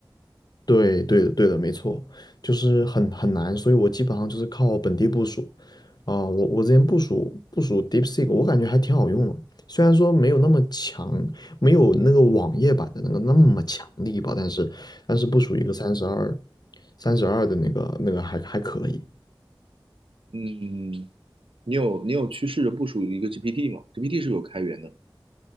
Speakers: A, on the left; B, on the right.
A: 对，对的，对的，没错，就是很很难，所以我基本上就是靠本地部署。啊、我我之前部署部署 DeepSeek，我感觉还挺好用的，虽然说没有那么强，没有那个网页版的那个那么强力吧，但是但是部署一个三十二三十二的那个那个还还可以。
B: 嗯，你有你有去试着部署一个 GPT 吗？GPT 是有开源的，